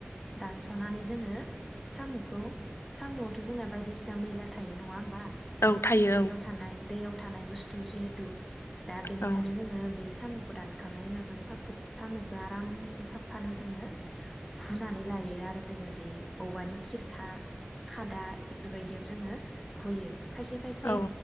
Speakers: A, in the centre; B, on the left.
A: दानस'नानै दोङो साम'खौ साम' थ' जोंना बायदिसिना मैला थायो नङा होमबा।
B: औ थायो
A: दैयाव थानाय दैयाव थानाय बुस्थु जिहेथु दा बेनिखायनो
B: औ
A: जोङो बे समुखौ दानखांनायनि उनाव सामु खो आरामसे साफानो जों हुना लायो आरो जों बे ओवानि किरखा खादा दा इफोरबायदियाव जोङो हुयो। खायसे खायसे
B: औ